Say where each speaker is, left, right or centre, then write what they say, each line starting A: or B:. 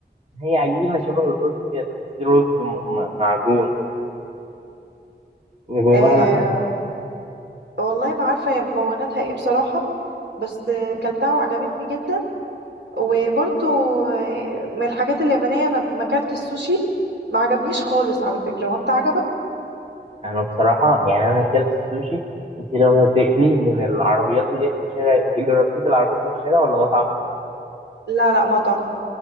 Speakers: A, on the right; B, on the right.
A: هي عجينة شبه الرز كده تحسيه رز م- م- معجون وجواها
B: آه
A: لحمة
B: والله ما عارفة هي مكوناتها ايه بصراحة بس آه، كلتها وعجبتني جدا وبرضو آه، من الحاجات اليابانية انا ما كلت السوشي ما عجبنيش خالص على فكرة وانت عجبك
A: أنا بصراحة يعني أنا أكلت السوشي أنت لو هتاكليه من العربيات اللي هي في الشارع أنت جربتيه في العربيات اللي في الشارع ولا مطعم؟
B: لا لا مطعم